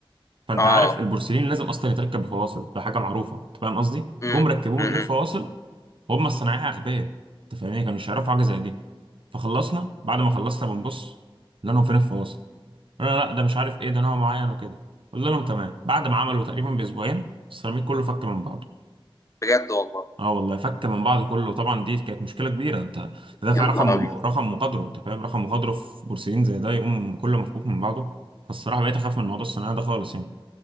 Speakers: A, on the right (about 65°); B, on the left (about 35°).
A: فانت
B: اه
A: عارف البورسلين لازم اصلا يتركب بفواصل ده حاجه معروفه انت فاهم قصدي
B: امم
A: جم ركبوه من
B: امم
A: غير فواصل وهم الصنايعيه اغبياء انت فاهمني كانوا مش يعرفوا حاجه زي دي فخلصنا بعد ما خلصنا بنبص قلنا لهم فين الفواصل قلنا لا ده مش عارف ايه ده نوع معين وكده قلنا لهم تمام بعد ما عملوا تقريبا باسبوعين السيراميك كله فك من بعضه
B: بجد والله
A: اه والله فك من بعض كله طبعا دي كانت مشكله كبيره انت تدافع
B: يا نهار
A: رقم
B: ابيض
A: رقم وقدره انت فاهم رقم وقدره في بورسلين زي ده يقوم كله مفكوك من بعضه فالصراحه بقيت اخاف من موضوع الثانويه ده خالص يعني